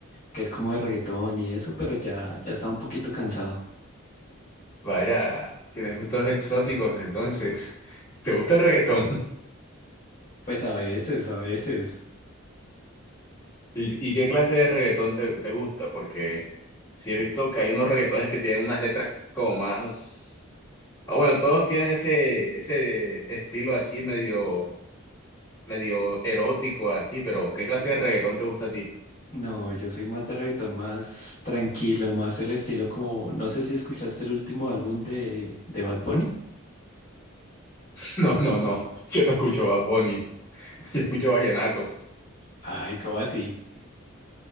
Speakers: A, on the left; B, on the left.
A: que es como de reggaetón y eso, pero ya, ya estaba un poquito cansado.
B: Vaya, tienes gustos exóticos, entonces. <laughs> ¿Te gusta el reggaetón? <laughs>
A: Pues a veces, a veces.
B: ¿Y, y qué clase de reggaetón te, te gusta? Porque sí he visto que hay unos reggaetones que tienen unas letras como más... Ah, bueno, todos tienen ese, ese estilo así medio, medio erótico, así, pero ¿qué clase de reggaetón te gusta a ti? <laughs>
A: No, yo soy más de reggaetón, más tranquilo, más el estilo como, no sé si escuchaste el último álbum de, de Bad Bunny.
B: No, no, no. Yo no escucho Bad Bunny, <laughs> yo escucho vallenato.
A: Ay, ¿cómo así?